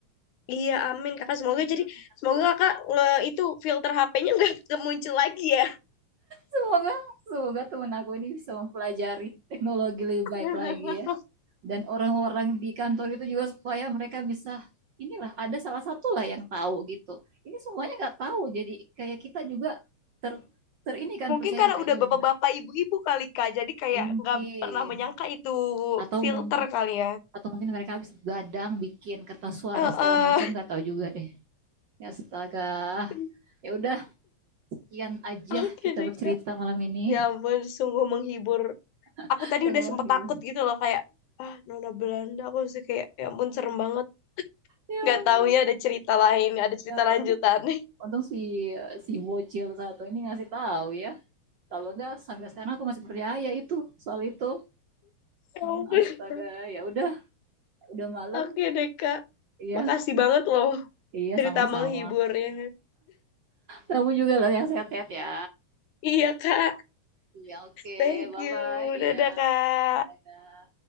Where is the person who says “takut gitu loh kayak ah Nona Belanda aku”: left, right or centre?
Left